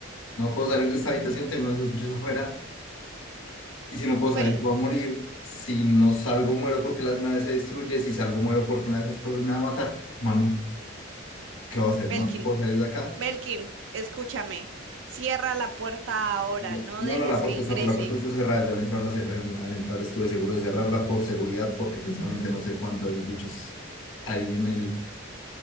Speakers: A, on the left; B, on the right.
A: No puedo salir de esta habitación, tengo uno de esos bichos afuera. Y si no puedo
B: Cue-
A: salir, voy a morir. Si no salgo, muero porque la nave se destruye. Si salgo, muero porque una de esas cosas me va a matar. Mano, ¿qué voy a hacer?
B: Melkin,
A: No puedo salir de acá.
B: Melkin, escúchame. Cierra la puerta ahora,
A: No,
B: no
A: no,
B: dejes
A: no, la puerta
B: que ingrese.
A: está, por la puerta está cerrada. Yo al entrar, la cerré, al entrar estuve seguro de cerrarla por seguridad, porque precisamente no sé cuántos bichos hay en el